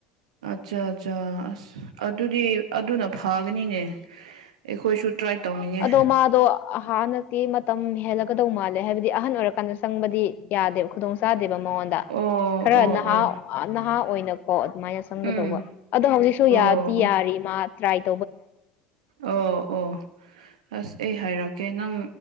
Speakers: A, on the right; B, on the left.
A: ꯑꯠꯆꯥ ꯑꯠꯆꯥ ꯑꯁ ꯑꯗꯨꯗꯤ ꯑꯗꯨꯅ ꯐꯥꯒꯅꯤꯅꯦ ꯑꯩꯈꯣꯏꯁꯨ ꯇ꯭ꯔꯥꯏ ꯇꯧꯅꯤꯡꯉꯦ
B: ꯑꯗꯣ ꯃꯥꯗꯣ ꯍ ꯍꯟꯗꯛꯇꯤ ꯃꯇꯝ ꯍꯦꯜꯂꯒꯗꯧ ꯃꯥꯜꯂꯦ ꯍꯥꯏꯕꯗꯤ ꯑꯍꯟ ꯑꯣꯏꯔꯀꯥꯟꯗ ꯆꯪꯕꯗꯤ ꯌꯥꯗꯦꯕ ꯈꯨꯗꯣꯡꯆꯥꯥꯗꯦꯕ ꯃꯉꯣꯟꯗ
A: ꯑꯣ
B: ꯈꯔ
A: ꯑꯣ
B: ꯅꯍꯥ
A: ꯑꯣ
B: ꯅꯍꯥ ꯑꯣꯏꯅꯀꯣ ꯑꯗꯨꯃꯥꯏꯅ ꯆꯪꯒꯗꯧꯕ
A: ꯎꯝ
B: ꯑꯗꯣ ꯍꯧꯖꯤꯛꯁꯨ
A: ꯑꯣ
B: ꯌꯥꯗꯤ
A: ꯑꯣ
B: ꯌꯥꯔꯤ ꯃꯥ ꯍꯥꯏ <inaudible>
A: ꯑꯣ ꯑꯣ <inaudible> ꯑꯁ ꯑꯩ ꯍꯥꯏꯔꯛꯀꯦ ꯅꯪ